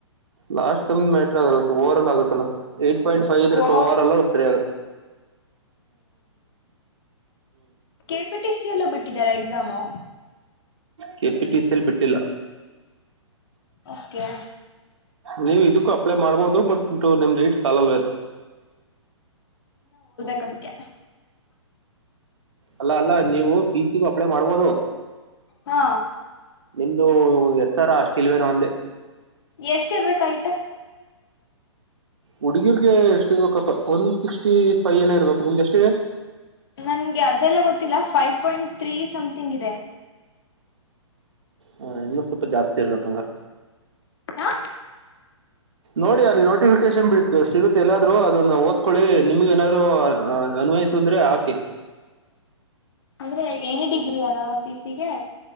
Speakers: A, on the right (about 70°); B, on the left (about 55°).
A: ಲಾಸ್ಟ್ ಸಮ್ದ್ ಮ್ಯಾಟರ್ ಆಗಲ್ಲ ಟ ಒರಲ್ ಆಗುತ್ತಾ ಆಗಲ್ಲಾ ಏ ಪಾಯಿಂಟ್ ಫೈವ್ ಇದ್ರ
B: ಓರ್
A: ಟ ಒರಲ ಸರಿ ಆಗ
B: ಕೆಪಿಟಿಸ ಎಲ್ಲೂ ಬಿಟ್ಟಿದಾರಾ ಎಕ್ಸಾಮು
A: ಕೆಪಿ ಟಿ ಸಿಲ್ಲಿ ಬಿಟ್ಟಿಲ್ಲ
B: ಓಕೆ
A: ನೀವು ಇದಕ್ಕೂ ಅಪ್ಲೈ ಮಾಡ್ಬೋದು ಬಟ್ ನಿಮ ಹೈಟ್ ಸಾಲ ಅಲ್ವೇ
B: <unintelligible>
A: ಅಲ್ಲ ಅಲ್ಲ ನೀವು ಪಿಸಿಗು ಅಪ್ಲೈ ಮಾಡ್ಬೋದು
B: ಹಾ
A: ಹೂಂ ಇದು ಎತ್ತರ ಅಷ್ಟಿಲ್ವ ನ ಒಂದೆ
B: ಎಷ್ಟ ಇರ್ಬೇಕ ಹೈಟ್
A: ಹುಡುಗಿರ್ಗೆ ಎಷ್ಟ ಇರ್ಬೇಕಪ್ಪ ಒನ್ ಸಿಕ್ಸ್ಟಿ ಫೈವ್ ಏನ ಇರ್ಬೇಕು ನಿಮ್ದ ಎಷ್ಟಿದೆ
B: ನನ್ಗೆ ಅದೆಲ್ಲ ಗೊತ್ತಿಲ್ಲ ಫೈವ್ ಪಾಯಿಂಟ್ ತ್ರೀ ಸಮ್ಥಿಂಗ್ ಇದೆ
A: ಹ ಇನ್ನು ಸ್ವಲ್ಪ ಜಾಸ್ತಿ ಇರ್ಬೇಕಂಗಾರ
B: ಹ
A: ನೋಡಿ ಅಲ್ಲಿ ನೋಟಿಫಿಕೇಶನ್ ಬಿಡ್ ಸಿಗುತ್ತೆ ಎಲ್ಲಾದರ ಅದನ್ನ ಓದ್ಕೊಳ್ಳಿ ನಿಮ್ಗೆ ಏನಾದ್ರು ಅನ್ವಯಸ ಅಂದ್ರೆ ಹಾಕಿ
B: ಅಂದ್ರೆ ಏನಿ ಡಿಗ್ರಿ ಏನ ಪಿಸಿಗೆ